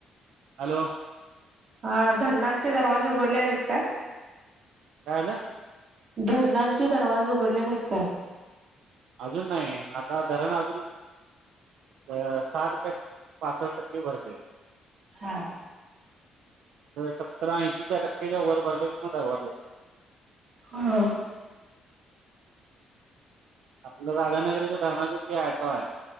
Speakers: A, on the right (about 80°); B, on the right (about 55°).
A: हॅलो.
B: हा धरणांचे दरवाजे उघडले नाहीत काय?
A: काय झालं?
B: धरणांचे दरवाज उघडले नाहीत काय?
A: अजून नाही आता धरण अजून नाही. अ साठ का पासष्ट टक्के भरले.
B: हा
A: सतराऐंशीच्या टक्क्याच्या वर भरले किं मवाज हो
B: ह
A: आपलं राधानगरच्या धरणाचा की टो आहे.